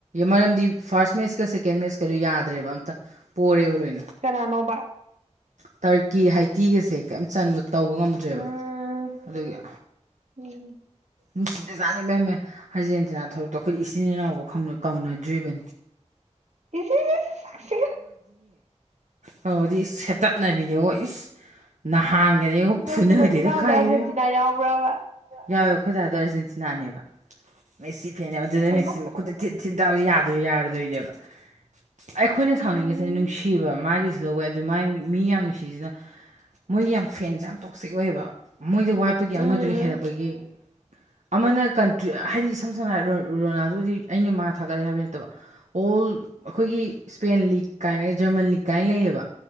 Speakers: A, on the right (about 80°); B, on the right (about 70°).
A: ꯃꯔꯝꯗꯤ ꯐꯥꯔꯁ ꯃꯦꯠꯁꯀ ꯁꯦꯀꯦꯟ ꯃꯦꯠꯁꯀꯗꯣ ꯌꯥꯗ꯭ꯔꯦꯕ ꯑꯝꯇ ꯄꯣꯔꯦꯕ ꯂꯣꯏꯅ
B: ꯀꯅꯥꯅꯣꯕ
A: ꯇꯔ ꯀ ꯍꯥꯏꯥꯏ ꯊꯤꯒꯁꯦ ꯀꯁ ꯇꯧꯕ ꯉꯝꯗ꯭ꯔꯦꯕ
B: ꯎꯝ
A: ꯑꯗꯨꯒꯒꯤ
B: ꯎꯝ
A: ꯅꯨꯡꯁꯤꯗꯖꯥꯠꯅꯤ ꯏꯕꯦꯝꯃ ꯑꯥꯔꯖꯦꯟꯇꯤꯅ ꯊꯣꯛꯂꯛꯇ ꯑꯩꯈꯣꯏ ꯏꯆꯤꯟ ꯏꯅꯥꯎꯐꯥꯎ ꯈꯪꯕ꯭ꯔꯥ ꯀꯧꯅꯗ꯭ꯔꯤꯕꯅꯤ
B: ꯏꯁ ꯏꯁ ꯏꯁ ꯁꯛꯁꯤꯒ
A: ꯇꯗꯤ ꯁꯦꯠꯇꯠꯅꯕꯤꯅꯤ ꯑꯣ ꯏꯁ ꯅꯍꯥꯟꯒꯗꯤꯀꯣ
B: ꯎꯝ ꯅꯣꯏꯁꯨ
A: ꯐꯨꯅꯗꯦꯗ
B: ꯅꯆꯤꯟꯅꯥꯎꯗ
A: ꯈꯥꯛꯏ
B: ꯑꯥꯔꯖꯦꯟꯇꯤꯅꯥ
A: ꯏꯕꯦꯝꯃ
B: ꯌꯥꯎꯕ꯭ꯔꯕ
A: ꯌꯥꯎꯏ ꯑꯩꯈꯣꯏ ꯗꯥꯗꯣ ꯑꯥꯔꯖꯦꯟꯇꯤꯅꯥꯅꯦꯕ ꯃꯦꯁꯤ ꯐꯦꯟꯅꯦꯕ ꯑꯗꯨꯗꯅꯦ
B: ꯍꯩꯃꯥ
A: ꯃꯦꯁꯤ ꯃꯈꯨꯠꯁꯦ ꯊꯤꯟ ꯊꯤꯟ ꯗꯥꯎꯁꯦ ꯌꯥꯗꯣꯏ ꯌꯥꯔꯗꯣꯏꯅꯦꯕ ꯑꯩꯈꯣꯏꯅ
B: ꯎꯝ
A: ꯁꯥꯎꯅꯤꯡꯉꯤꯁꯦ ꯅꯨꯡꯁꯤꯕ ꯃꯥꯒꯤ ꯁꯤ ꯂꯧꯋꯦ ꯑꯗꯨ ꯃꯥꯥꯏ ꯃꯤ ꯌꯥꯝ ꯅꯨꯡꯁꯤꯁꯤꯅ ꯃꯣꯏꯒꯤ ꯌꯥꯝ ꯐꯦꯟꯁꯦ ꯌꯥꯝ ꯇꯣꯛꯁꯤꯛ ꯑꯣꯏꯌꯦꯕ ꯃꯣꯏꯗ ꯋꯥꯠꯄꯒꯤ
B: ꯎꯝ
A: ꯑꯃꯗꯨꯅꯤ ꯍꯦꯜꯂꯛꯄꯒꯤ
B: ꯎꯝ
A: ꯑꯃꯅ ꯀꯟꯇ꯭ꯔꯤ ꯍꯥꯏꯗꯤ ꯏꯁꯝ ꯁꯝꯅ ꯍꯥꯏ ꯔꯣꯅꯥꯜꯗꯣꯁꯤ ꯑꯩꯅ ꯃꯥ ꯊꯥꯒꯠꯂꯦ ꯍꯥꯏꯕꯩ ꯅꯠꯇꯕ ꯑꯣꯜ ꯑꯩꯈꯣꯏꯒꯤ ꯏꯁꯄꯦꯟ ꯂꯤꯒ ꯀꯥꯏꯅ ꯖꯔꯃꯟ ꯂꯤꯒ ꯀꯥꯏꯅ ꯂꯩꯌꯦꯕ